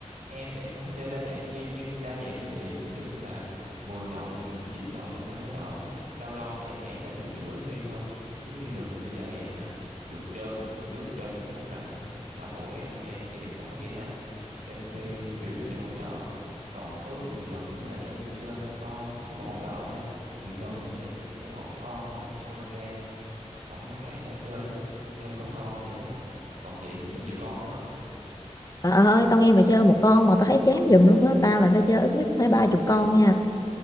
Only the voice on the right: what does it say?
Em thì em hổng có chơi đa dạng như như đa dạng như chị, ví dụ như là 10 trọn thì gần như 9 trọn là em chơi hỗ trợ không á. Lâu lâu thì em nhảy ra đường giữa em đi thôi, chứ đi đường em chơi dở ẹc <laughs> Đường trên thì mấy con tướng đường trên em cũng không rành nữa, xạ thủ em em thì em không có kỹ năng, cho nên em chơi chủ yếu là chơi hỗ trợ. Còn tướng thì gần như là em chỉ chơi một con, nếu mà hỗ trợ nha, thì gần như là em chỉ thích chơi mỗi một con thôi là con Soraka, còn mấy con khác em ít chơi lắm, chơi có một con vậy đó à. Còn chị, chị chơi nhiều con lắm hả?